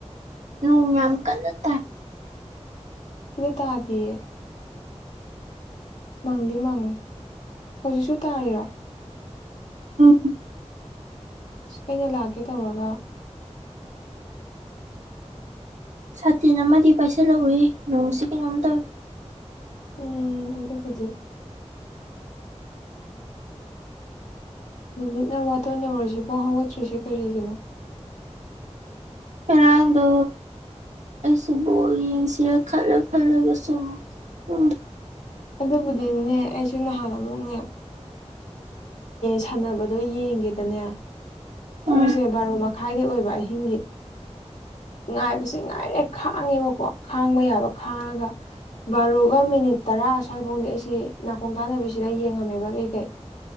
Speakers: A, on the right; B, on the left.
A: ꯅꯣꯡ ꯌꯥꯝ ꯀꯟꯅ ꯇꯥꯏ
B: ꯁꯤꯗꯤ ꯇꯥꯗꯤꯌꯦ ꯃꯪꯗꯤ ꯃꯪꯉꯤ ꯍꯧꯖꯤꯛꯁꯨ ꯇꯥꯔꯤꯔꯣ
A: ꯎꯝ
B: ꯑꯁ ꯑꯩꯅ ꯂꯥꯛꯀꯦ ꯇꯧꯔꯒ
A: ꯁꯥꯇꯤꯟ ꯑꯃꯗꯤ ꯄꯥꯏꯁꯤꯜꯂꯛꯎꯏ ꯅꯣꯡꯁꯤ ꯀꯩꯅꯣꯝ ꯇꯧꯋꯏ
B: ꯎꯝ ꯑꯗꯨꯕꯨꯗꯤ ꯅꯨꯃꯤꯠꯅ ꯋꯥꯇꯣꯟ ꯌꯧꯔꯁꯤꯐꯥꯎ ꯍꯧꯒꯠꯇ꯭ꯔꯤꯁꯤ ꯀꯔꯤꯒꯤꯅꯣ
A: ꯉꯥꯔꯥꯡꯗꯣ ꯑꯩꯁꯨꯕꯨ ꯌꯦꯡꯁꯤꯦ ꯈꯜꯂ ꯈꯜꯂꯒ ꯁꯨꯝ ꯎꯝ
B: ꯑꯗꯨꯗꯕꯨꯗꯤꯅꯦ ꯑꯩꯁꯨꯦ ꯅꯍꯥꯟ ꯑꯃꯨꯛꯅꯦ ꯁꯥꯟꯅꯕꯗꯣ ꯌꯦꯡꯒꯦꯗꯅꯦ
A: ꯎꯝ
B: ꯄꯨꯡꯁꯦ ꯕꯥꯔꯣ ꯃꯈꯥꯏꯗ ꯑꯣꯏꯕ ꯑꯍꯤꯡꯒꯤ ꯉꯥꯏꯕꯁꯦ ꯉꯥꯏꯔꯦ ꯈꯥꯡꯉꯦꯕꯀꯣ ꯈꯥꯡꯕ ꯌꯥꯕ ꯈꯥꯡꯉꯒ ꯕꯥꯔꯣꯒ ꯃꯤꯅꯤꯠ ꯇꯔꯥ ꯑꯁ꯭ꯋꯥꯏꯐꯧꯗꯤ ꯑꯩꯁꯤ ꯅꯥꯀꯣꯡ ꯇꯥꯟꯅꯕꯤꯁꯤꯗ ꯌꯦꯡꯉꯝꯃꯦꯕ ꯀꯩꯀꯩ